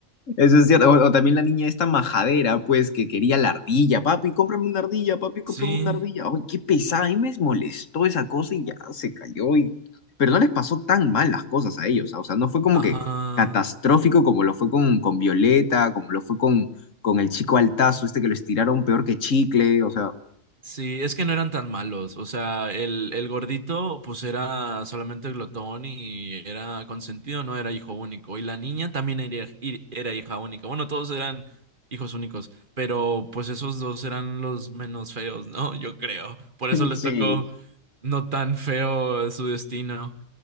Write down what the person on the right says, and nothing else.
Sí,
ajá.
Sí, es que no eran tan malos. O sea, el, el gordito, pues era solamente glotón y era consentido, no era hijo único. Y la niña también era, ir- era hija única. Bueno, todos eran hijos únicos, pero pues esos dos eran los menos feos, ¿no? <laughs> Yo creo. Por
eso les
tocó no tan feo su destino.